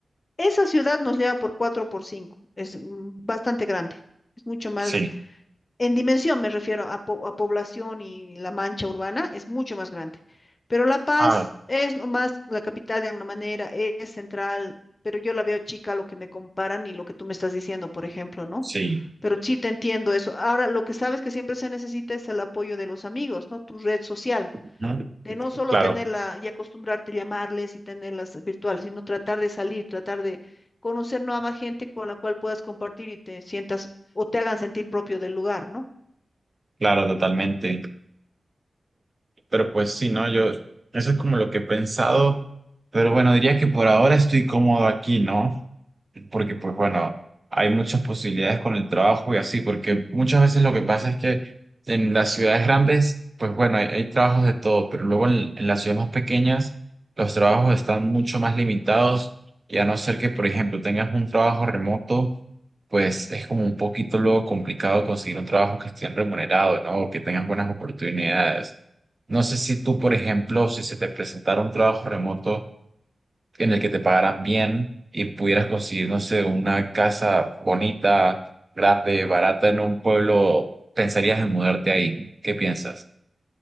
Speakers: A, on the left; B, on the right.
A: Esa ciudad nos lleva por 4 por cinco Es mm, bastante grande. Es mucho más
B: sí.
A: en dimensión me refiero a, po- a población y la mancha urbana, es mucho más grande. Pero La Paz
B: Ah,
A: es nomás la capital de alguna manera, e- es central, pero yo la veo chica a lo que me comparan y lo que tú me estás diciendo, por ejemplo, ¿no?
B: sí.
A: Pero Sí. sí te entiendo eso. Ahora, lo que sabes que siempre se necesita es el apoyo de los amigos, ¿no? Tu red social,
B: ujú,
A: de no solo
B: Claro,
A: tenerla y acostumbrarte a llamarles y tenerlas virtuales, sino tratar de salir, tratar de conocer nueva gente con la cual puedas compartir y te sientas o te hagan sentir propio del lugar, ¿no?
B: claro, totalmente. Pero pues sí, ¿no? Yo, eso es como lo que he pensado, pero bueno, diría que por ahora estoy cómodo aquí, ¿no? Porque pues bueno, hay muchas posibilidades con el trabajo y así, porque muchas veces lo que pasa es que en las ciudades grandes, pues bueno, hay, hay trabajos de todo, pero luego en, en las ciudades más pequeñas, los trabajos están mucho más limitados y a no ser que, por ejemplo, tengas un trabajo remoto pues es como un poquito luego complicado conseguir un trabajo que esté remunerado, ¿no? O que tengas buenas oportunidades. No sé si tú, por ejemplo, si se te presentara un trabajo remoto en el que te pagaran bien y pudieras conseguir, no sé, una casa bonita, grande, barata en un pueblo, ¿pensarías en mudarte ahí? ¿Qué piensas?